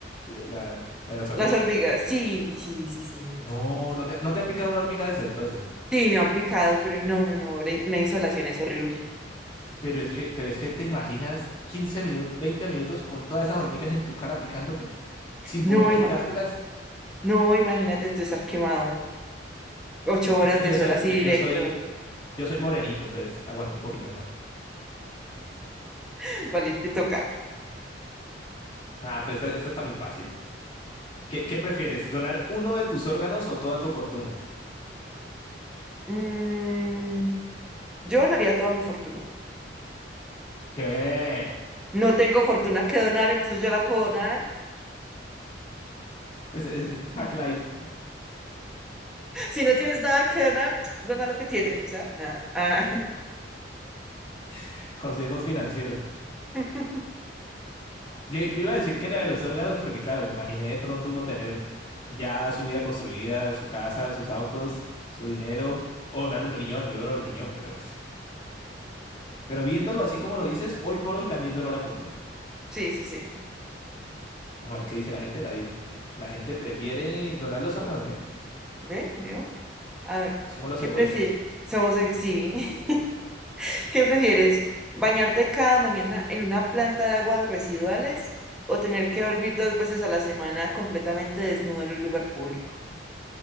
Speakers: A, on the left; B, in the centre.
A: la, la- la de las hormigas?
B: Las hormigas, sí, sí, sí, sí.
A: No, no te, no te ha picado una hormiga de esas entonces.
B: Sí, me han picado, pero no, no, no. la- Una insolación es horrible.
A: Pero es que, pero es que te imaginas 15 minutos, 20 minutos con todas esas hormigas en tu cara picándote sin
B: No,
A: poder quitártelas.
B: ima- no, imagínate tú estar quemado. Ocho horas
A: Es que
B: de
A: yo
B: sol
A: soy,
B: así
A: yo,
B: directo.
A: yo soy, yo soy morenito, entonces aguanto un poquito más.
B: <laughs> Vale, te toca.
A: Ah, pues esta, esta está muy fácil. ¿Qué, qué prefieres? ¿Donar uno de tus órganos o toda tu fortuna?
B: Mm, yo donaría toda mi fortuna.
A: ¿Qué?
B: No tengo fortuna que donar, entonces yo la puedo donar. <laughs>
A: Es, es- es Hack Life,
B: Si no tienes nada que donar, dona lo que tienes. O sea, nada. Ah,
A: <laughs> consejos financieros.
B: <laughs>
A: Yo, yo iba a decir que la de los órganos, porque claro, me imaginé de pronto uno tener ya su vida construida, su casa, sus autos, su dinero, o donar un riñón. Yo dono el riñón, pero. Pero viéndolo así como lo dices, hoy por hoy también donó la fortuna.
B: sí, sí, sí.
A: Vamos a ver qué dice la gente. La, di- la gente prefiere donar los órganos, ¿ve?
B: ¿Ve? ¿Vio? A ver,
A: Somos los
B: ¿qué
A: egoístas.
B: prefieres? Somos, ex- sí. <laughs> ¿Qué prefieres? ¿Bañarte cada mañana en una planta de aguas residuales o tener que dormir dos veces a la semana completamente desnudo en un lugar público?